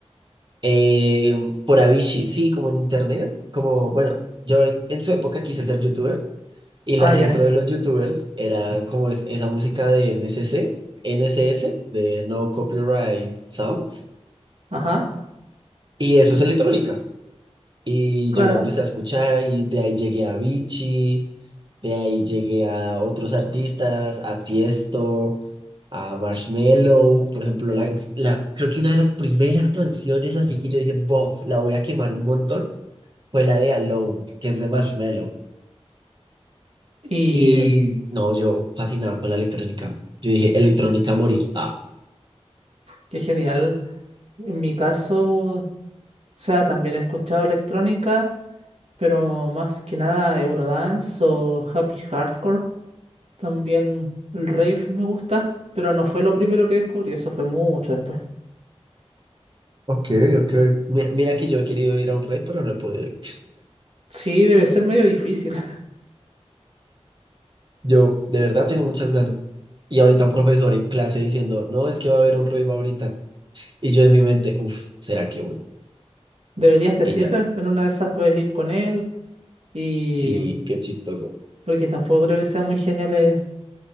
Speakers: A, on the right; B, on the right.
A: Eh, por Avicii, sí, como en internet, como, bueno, yo en, en su época quise ser youtuber. Y
B: Ah,
A: las
B: ya.
A: intro de los youtubers eran como es- esa música de N C NCC, S de No Copyright Sounds.
B: Ajá,
A: Y eso es electrónica. Y
B: claro.
A: yo la empecé a escuchar y de ahí llegué a Vichy, de ahí llegué a otros artistas, a Tiesto, a Marshmello. Por ejemplo, la, la- creo que una de las primeras canciones así que yo dije, bof, la voy a quemar un montón, fue la de Alone, que es de Marshmello.
B: Y
A: Y
B: eh,
A: no, yo fascinado con la electrónica. Yo dije, electrónica a morir. Ah,
B: qué genial. En mi caso, o sea, también he escuchado electrónica, pero más que nada Eurodance o Happy Hardcore. También el rave me gusta, pero no fue lo primero que descubrí, eso fue mucho después.
A: ok, ok. Mi- Mira que yo he querido ir a un rey, pero no he podido ir.
B: Sí, debe ser medio difícil.
A: Yo de verdad tengo muchas ganas. Y ahorita un profesor en clase diciendo, no, es que va a haber un rey ahorita. Y yo en mi mente, uff, ¿será que voy?
B: Deberías decirle,
A: Y ya,
B: en una de esas puedes ir con él y
A: sí, qué chistoso.
B: porque tampoco creo que sea muy genial es